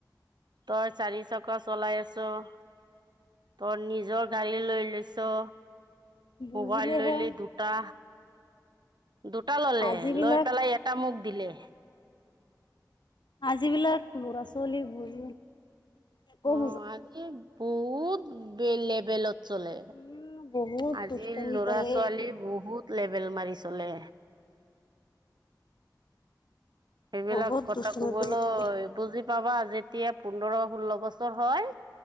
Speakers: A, on the right (about 75°); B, on the left (about 80°).
A: তই চাৰিচক চলাই আছ। তই নিজৰ গাড়ী লৈ লৈছ?
B: বুজিলেহে
A: মোবাইল ললি দুটা, দুটা ললে
B: আজিবিলাক
A: লৈ পেলাই এটা মোক দিলে,
B: আজিবিলাক ল'ৰা ছোৱালী বুজ একো
A: অ
B: বুজা
A: আ বহুত লেবেলত চলে,
B: উম, বহুত
A: আজি
B: দুষ্টামি
A: লৰা
B: কৰে
A: ছোৱালী বহুত ল বেল মাৰি চলে, সেইবিলাক
B: বহুত
A: কথা
B: দুষ্টামি
A: কবলৈ
B: কৰি থাকে।
A: বুজি পাবা আ যেতিয়া পোন্ধৰ ষোল্ল বছৰ হয়।